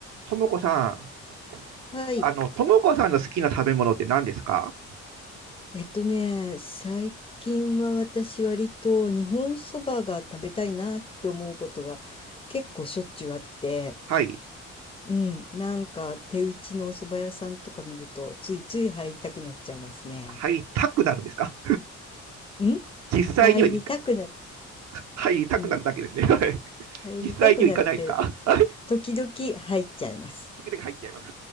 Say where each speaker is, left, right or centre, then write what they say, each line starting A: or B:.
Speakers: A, on the right; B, on the left.
A: ともこさん、
B: はい。
A: あの、ともこさんの好きな食べ物って何ですか
B: えっとね、最近は私割と日本そばが食べたいなって思うことが結構しょっちゅうあって、
A: はい。
B: うん、なんか手打ちのお蕎麦屋さんとか見るとついつい入りたくなっちゃいますね。
A: 入りたくなるんですか
B: ん
A: 実際には
B: 入りたくな、
A: 入りたくなるだけですね。
B: うん、
A: はい
B: 入りたくなって
A: 実際には行かないですかはい
B: 時々入っちゃいます。
A: 時々入っちゃいます。